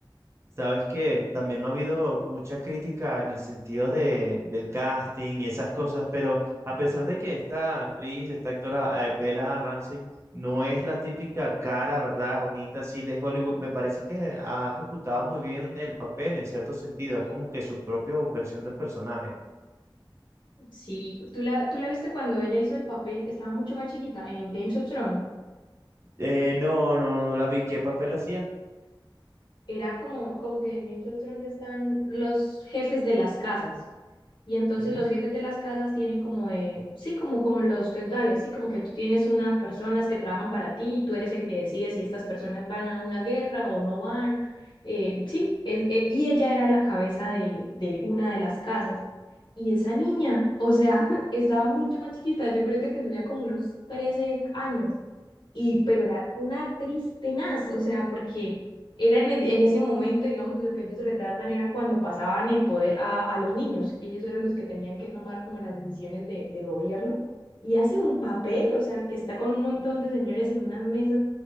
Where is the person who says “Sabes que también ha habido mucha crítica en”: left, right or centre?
Right